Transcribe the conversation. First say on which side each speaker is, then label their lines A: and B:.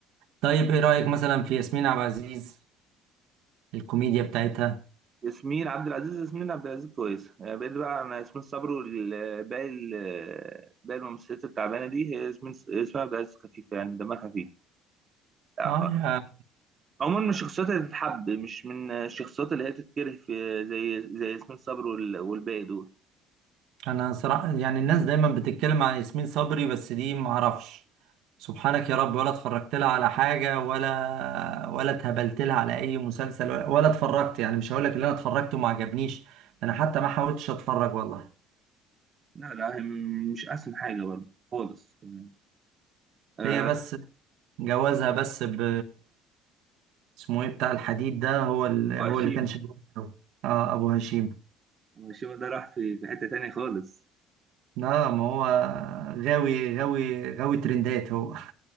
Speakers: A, on the right; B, on the right.
A: طيب ايه رأيك مثلا في ياسمين عبد العزيز الكوميديا بتاعتها
B: ياسمين عبد العزيز ياسمين عبد العزيز كويسة يعني بقيت بقى أنا ياسمين صبري والباقي ال- باقي الممثلات التعبانة دي هي ياسمين ياسمين عبد العزيز خفيفة يعني دمها خفيف آه،
A: اه
B: آه،
A: يا
B: عموما من الشخصيات اللي تتحب مش من الشخصيات اللي هي تتكره في زي زي ياسمين صبري وال- والباقي دول
A: انا صراحة يعني الناس دايما بتتكلم عن ياسمين صبري بس دي ما اعرفش سبحانك يا رب ولا اتفرجت لها على حاجة ولا ولا اتهبلت لها على اي مسلسل ولا ولا اتفرجت يعني مش هقول لك اللي انا اتفرجت وما عجبنيش انا حتى ما حاولتش اتفرج والله
B: لا لا هي م- مش أحسن حاجة برضه خالص كمان آه
A: هي بس جوازها بس ب اسمه ايه بتاع الحديد ده هو اللي
B: وهشيم
A: هو اللي كان شغال اه ابو هشيم
B: وهشيم ده راح في في حتة تانية خالص
A: لا ما هو غاوي غاوي غاوي ترندات هو